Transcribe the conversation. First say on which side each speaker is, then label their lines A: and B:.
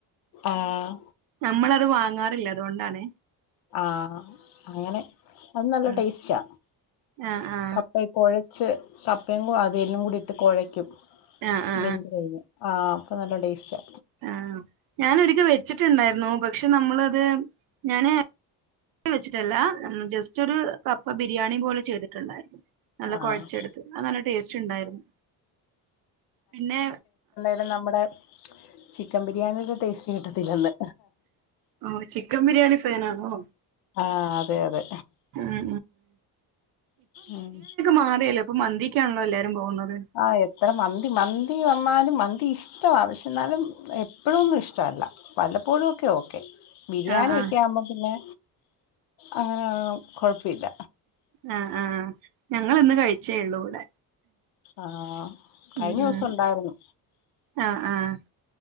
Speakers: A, on the left; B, on the right.
A: ആഹ്
B: നമ്മളത് വാങ്ങാറില്ല അതുകൊണ്ടാണെ
A: ആഹ് അങ്ങനെ അത് നല്ല
B: ഉം
A: ടേസ്റ്റാ
B: ആ ആ
A: കപ്പ കൊഴച്ച് കപ്പയും കൂടെ അതെലും കൂടി ഇട്ട് കൊഴക്കും
B: ആ ആ
A: വെന്ത് കഴിഞ് ആഹ് അപ്പ നല്ല ടേസ്റ്റാ
B: ആഹ് ഞാനൊരിക്കൽ വെച്ചിട്ടുണ്ടായിരുന്നു പക്ഷെ നമ്മളത് ഞാന് <inaudible> വെച്ചിട്ടില്ല ഉം ജസ്റ്റ് ജസ്റ്റ്‌ ഒരു കപ്പ ബിരിയാണി പോലെ ചെയ്തിട്ടുണ്ടായിരുന്നു നല്ല
A: ആഹ്
B: കോഴച്ചെടുത്ത് അത് നല്ല ടേസ്റ്റ് ഉണ്ടായിരുന്നു പിന്നെ
A: പിന്നെ നമ്മുടെ ചിക്കൻ ബിരിയാണിയുടെ ടേസ്റ്റ് കിട്ടത്തില്ലന്ന്
B: ഓ ചിക്കൻ ബിരിയാണി ഫാനാണോ
A: ആഹ് അതെ അതെ
B: ഉം
A: ഉം
B: മാറേല്ലേ ഇപ്പൊ മന്തിക്കാണല്ലോ എല്ലാവാരും പോകുന്നത്
A: ആഹ് എത്ര മന്തി മന്തി വന്നാലും മന്തി ഇഷ്ടവാ പക്ഷേ എന്നാലും എപ്പോഴൊന്നും ഇഷ്ടവല്ല വല്ലപ്പോഴുവോക്കെ ഓക്കെ ബിരിയാണിയൊക്കെ
B: ആഹ് ആഹ്
A: ആകുമ്പോ പിന്നെ അങ്ങന കൊഴപ്പില്ല
B: ആഹ് ആഹ് ഞങ്ങളിന്ന് കഴിച്ചേ ഉള്ളൂ ഇവിടെ
A: ആഹ് കഴിഞ്ഞ
B: ഉം
A: ദിവസം
B: ഉം
A: ഉണ്ടായിരുന്നു
B: ആഹ് ആഹ്